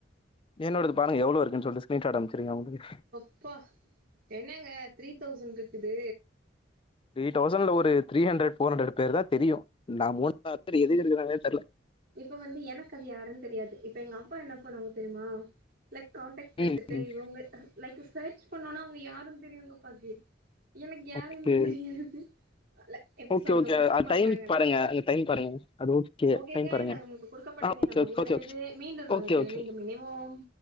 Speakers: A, on the left; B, on the right.
A: என்னோடது பாருங்க எவ்ளோ இருக்குன் சொல்ட்டு ஸ்க்ரீன் ஷாட் அம்ச்சிருக்க உங்ளுக்கு
B: ப்பா என்னங்க த்ரீ தௌசண்ட் இருக்குது
A: த்ரீ தௌசண்ட்ல ஒரு த்ரீ ஹண்ட்ரட் ஃபோர் ஹண்ட்ரட் பேர்தா தெரியு நா மூணாயிற பேர் எதுக்கு இருக்குறாங்கனே தெர்ல
B: இப்ப வந்து எனக்கு அது யாருன் தெரியாது இப்ப எங்க அப்பா என்ன பண்ணுவாங்க தெரிமா லைக் காான்ட்டக்ட்ஸ் எடுத்துட்டு
A: ம் ம்
B: இவங்க லைக் சர்ச் பண்ணோனா அவங்க யாருன் தெரியு எங் கப்பாக்கு எனக்கு யாரையுமே
A: ஓகே
B: தெரியாது ல எப்டி
A: ஓகே
B: சொல்ற
A: ஓகே
B: ஒர்க்
A: அது
B: பண்றே
A: டைம்
B: எடோ
A: பாருங்க அந்த டைம் பாருங்க அது ஓகே
B: ஒகே
A: டைம் பாருங்க
B: நமங்கு கொடுக்கப்பட்ட
A: ஆ
B: நேரம்
A: ஓகே
B: முடிவடைந்தது
A: ஓகே ஓகே
B: மீண்டும் ஒரு
A: ஓகே
B: அழைப்பில
A: ஓகே
B: மீண்டும் இனைவோம்